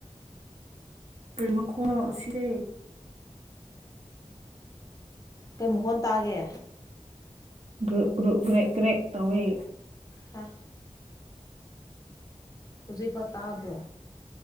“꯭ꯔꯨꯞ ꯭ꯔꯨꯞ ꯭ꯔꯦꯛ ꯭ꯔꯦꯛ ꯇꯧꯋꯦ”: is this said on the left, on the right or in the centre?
Right